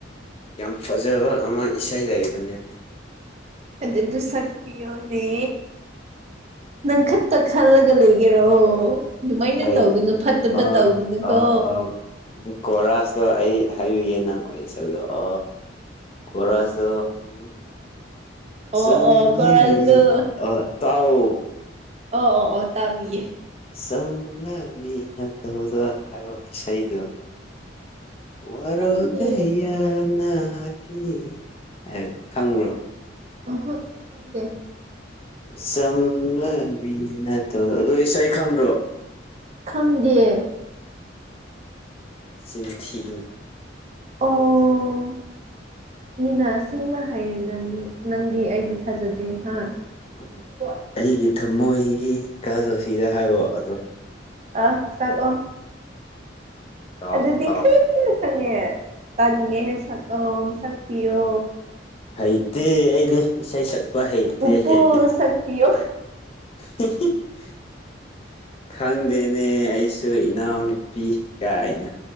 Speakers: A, on the left (about 30°); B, on the right (about 35°).
A: ꯌꯥꯝ ꯐꯖꯕ ꯑꯃ ꯏꯁꯩ ꯂꯩꯕꯅꯦ꯫
B: ꯑꯗꯨꯗꯣ ꯁꯛꯄꯤꯌꯣꯅꯦ ꯅꯪ ꯈꯠꯇ ꯈꯜꯂꯒ ꯂꯩ꯫ ꯒꯤꯔꯣ ꯑꯗꯨꯃꯥꯏꯅ
A: ꯀꯩꯅꯣ
B: ꯇꯧꯒꯅꯨ ꯐꯠꯇꯕ
A: ꯑ
B: ꯇꯧꯒꯅꯨꯀꯣ
A: ꯑ ꯑ ꯀꯣꯔꯥꯁꯇꯣ ꯑꯩ ꯍꯥꯏꯕꯤꯒꯦ ꯅꯪ ꯑꯣꯏ꯫ ꯑꯗꯨꯒ ꯑ ꯀꯣꯔ ꯔꯁꯗꯣ ꯎꯝ꯫
B: ꯑꯣ
A: ꯆꯝꯂꯕꯤ
B: ꯑꯣ ꯀꯣꯔꯁꯗꯨ
A: ꯑꯣꯏ ꯇꯥꯎꯑꯣ꯫
B: ꯑꯣ ꯑꯣ ꯑꯣ ꯇꯥꯕꯤꯌꯦ꯫
A: ꯆꯝꯂꯕꯤ ꯅꯇꯧꯗꯣ ꯍꯥꯏꯕ ꯏꯁꯩꯗꯣ ꯋꯥꯔꯒ
B: ꯈꯪꯗꯦ
A: ꯍꯥꯌꯥꯅ꯫ ꯍꯤ <unintelligible> ꯈꯪꯕꯔꯣ꯫
B: ꯈꯪꯗꯦ
A: ꯆꯝꯅꯕꯤ ꯅꯇꯧꯗꯣ ꯑꯗꯨ ꯏꯁꯩꯗꯣ ꯈꯪꯗ꯭ꯔꯣ
B: ꯈꯪꯗꯤꯌꯦ
A: ꯅꯆꯤꯟ ꯊꯤ
B: ꯑꯣ ꯃꯤꯅ ꯑꯁꯦꯡꯕ ꯍꯥꯏꯔꯒꯅꯤ ꯅꯪꯗꯤ ꯑꯩꯕꯨ ꯊꯥꯖꯗꯦ ꯍꯥ <unintelligible>
A: ꯎꯝ ꯑꯩꯒꯤ ꯊꯃꯣꯏꯒꯤ ꯀꯥꯖꯧꯁꯤꯗ ꯍꯥꯏꯔꯣ ꯑꯗꯣ
B: ꯑꯥ ꯆꯠꯂꯣ
A: ꯀꯥꯎ
B: ꯑꯗꯨꯗꯤ
A: ꯀꯥꯎ
B: ꯁꯪꯉꯦ ꯇꯥꯅꯤꯡꯉꯦ ꯁꯛꯑꯣ ꯁꯛꯄꯤꯌꯣ
A: ꯍꯩꯇꯦ ꯑꯩꯗꯤ ꯏꯁꯩ <unintelligible>
B: ꯄꯨꯄꯨ
A: ꯍꯦꯕꯤꯠ
B: ꯁꯛꯄꯤꯌꯣ
A: <inaudible> ꯈꯪꯗꯦꯅꯦ ꯑꯩꯁꯨ ꯏꯅꯥꯎꯅꯨꯄꯤ ꯀꯥꯏꯅ